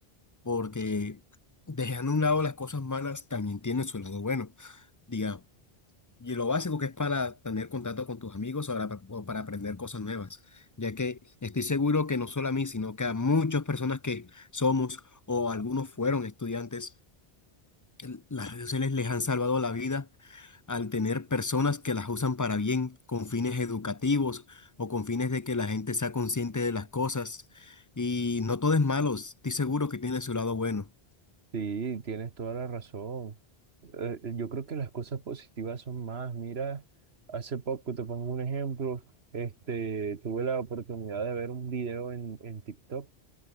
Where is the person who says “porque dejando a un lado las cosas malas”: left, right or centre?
Left